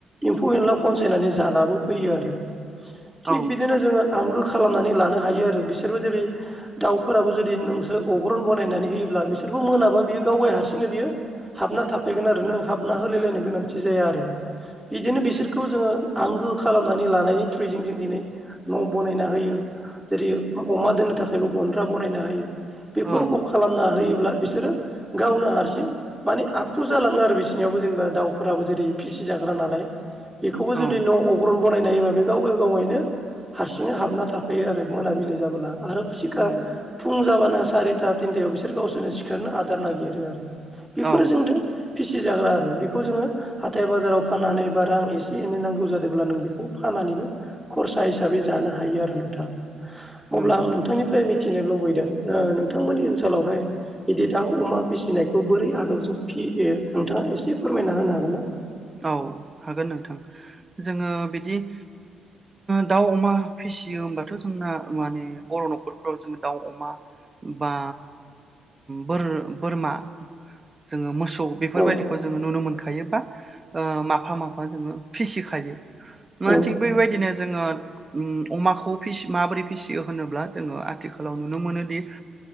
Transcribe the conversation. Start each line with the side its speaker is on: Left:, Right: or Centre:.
Centre: एम्फौ एनला खनसायनानै जानाबो फैयो आरो थिग
Right: औ
Centre: बिदिनो जोङो आंगो खालामनानै लानो हायो आरो बिसोरबो जेरै दाउफोराबो जुदि नोंसोर अग्रन बानायनानै होयोब्ला बिसोरबो मोनाबा बियो गावाय हारसिंनो बियो हाबना थाफैगोन आरो नो हाबना होलायलायनो गोनांथि जाया आरो बिदिनो बिसोरखौ जोङो आंगो खालामनानै लानायनि थ्रुयैजों जों दिनै न' बानायना होयो जेरै अमा दोननो थाखायबो गन्द्रा बनायना होयो बेफोर
Right: औ
Centre: रखम खालामना होयोब्ला बिसोरो गावनो हारसिं माने आखु जालाङो आरो बिसिनियावबो जेनेबा दाउफोराबो जेरै फिसि जा ग्रा नालाय बेखौबो जुदि
Right: औ
Centre: न' अग्रन बानायनाय हायोबा बे गावाव गावैनो हारसिंनो हाबना थाफायो आरो मोनाबिलि जाबोला आरो सिखा
Right: नंगौ
Centre: फुं जाबानो सारिथा थिनथायाव बिसोर गावसोरनो सिखारना आदार नागिरो आरो बेफोरो
Right: औ
Centre: जोंदो फिसिजाग्रा आरो बेखौ जोङो हाथाय बाजाराव फानानै बा रां एसे एनै नांगौ जादोंब्ला नों बेखौ फानानैबो खरसा हिसाबै जानो हायो आरो नोंथां अब्ला
Right: नंगौ
Centre: आं नोंथांनि फ्राय मिथिनो लुबैदों नोंथांमोननि ओनसोलावहाय बिदि दाउ अमा फिसिनायखौ बोरै आदबजों फियो नोंथाङा एसे फोरमायना होनो हागोन ना
Right: औ हागोन नोंथां जोङो बिदि दाउ अमा फिसियो होमबाथ' जोंना माने बर' न'खरफोराव जोङो दाउ अमा बा बोर बोरमा जोङो मोसौ बेफोरबायदिखौ
Centre: औ
Right: जोङो नुनो मोनखायो बा ओ माफा माफा जोङो फिसिखायो मा
Centre: औ
Right: थिग बेबायदिनो जोङो उम अमाखौ माबोरै फिसियो होनोब्ला जोङो आथिखालाव नुनो मोनोदि